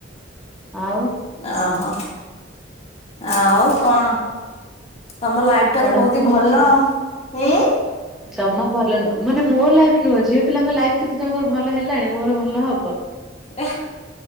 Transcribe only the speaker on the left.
ଓହୋ ଆଉ କଣ ତମ ଲାଇଫ୍ ଏଟା
ତ ବହୁତ ହିଁ
ଭଲ ‌। ଇଁ
ଏହା